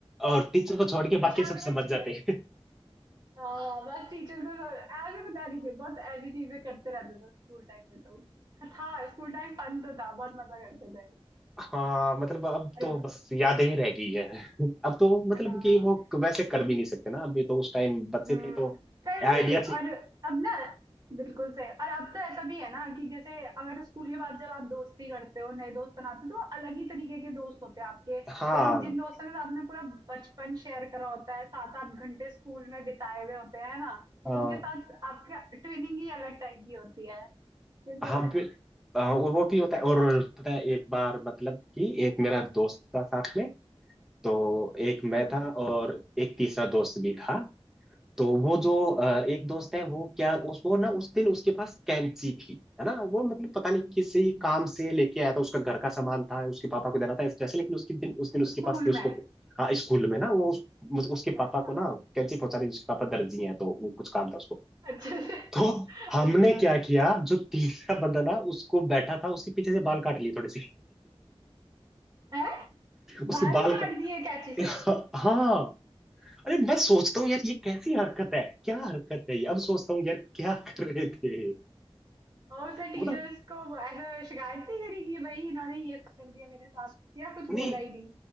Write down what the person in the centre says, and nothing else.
और टीचर को छोड़ के बाकी
सब समझ जाते
हैं
हाँ मतलब अब
तो बस यादें ही रह गई है अब तो मतलब
कि वो वैसे कर भी नहीं सकते ना अभी तो उस टाइम बच्चे
थे तो
आइडिया
हाँ
हाँ
हाँ
बिल- आ, वो भी होता है और
पता है एक बार मतलब कि एक मेरा दोस्त था साथ में तो एक मैं
था और एक तीसरा दोस्त भी था तो वो जो आ, एक दोस्त है वो क्या उस वो ना उस दिन उसके पास कैंची थी है ना वो मतलब पता नहीं किसी काम से लेके आया था उसका घर का सामान था उसके पापा को देना था इस तरह से लेकिन उसके दिन उस दिन उसके
पास थी उसको
हाँ स्कूल में ना वो उस, उसके पापा
को ना कैंची पहुंचा दी उसके पापा दर्जी हैं तो वो कुछ काम था उसको
तो
हमने
क्या किया जो तीसरा बंदा ना उसको बैठा था उसके पीछे से बाल काट लिए थोड़े से
उसके
बाल
का
<laughs>
हाँ अरे मैं सोचता हूँ यार ये कैसी हरकत है क्या हरकत है ये अब सोचता हूँ यार क्या कर रहे थे
मतलब
नहीं